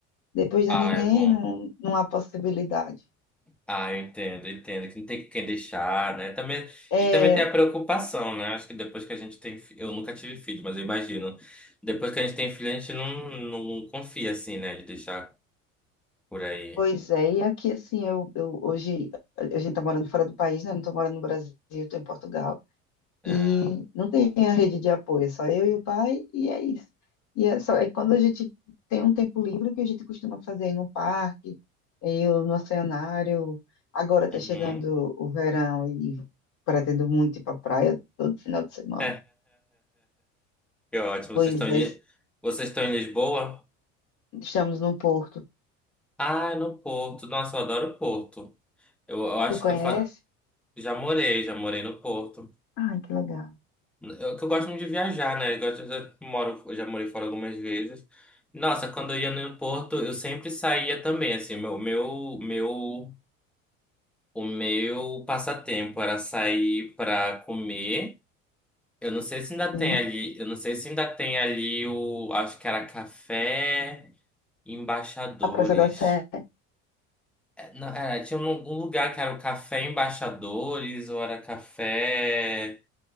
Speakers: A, on the left; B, in the centre.
A: Depois da
B: Ah,
A: neném,
B: é bom.
A: não, não há possibilidade.
B: Ah, eu entendo, eu entendo. Que não tem quem deixar, né? Também,
A: É,
B: e também tem a preocupação, né? Acho que depois que a gente tem. fi- Eu nunca tive filho, mas eu imagino. Depois que a gente tem filho, a gente não, não confia, assim, né? De deixar por aí.
A: pois é, e aqui assim, eu, eu hoje a gente tá morando fora do país, né? Eu não tô morando no Brasil, tô em Portugal.
B: Ah,
A: E não tem a rede de apoio, é só eu e o pai, e é isso. E é só, é quando a gente tem um tempo livre, o que a gente costuma fazer aí no parque, é, eu no oceanário. Agora está
B: uhum.
A: chegando o verão e pretendo muito ir para a praia todo final de semana.
B: <laughs> Que ótimo.
A: Pois
B: Vocês estão em, Li-
A: é,
B: vocês estão em Lisboa?
A: estamos no Porto.
B: Ah, no Porto. Nossa, eu adoro o Porto. Eu, eu acho
A: Tu conhece?
B: que eu fa... já morei, já morei no Porto.
A: Ai, que legal.
B: Eu, que eu gosto muito de viajar, né? Eu, gosto, eu já moro, eu já morei fora algumas vezes. Nossa, quando eu ia no Porto, eu sempre saía também, assim, meu, meu, meu, o meu passatempo era sair pra comer. Eu não sei se ainda
A: Sim.
B: tem ali, eu não sei se ainda tem ali o, acho que era café. Embaixadores.
A: A Praça da Sé.
B: É, Não, era, tinha um, um lugar que era o Café Embaixadores, ou era café.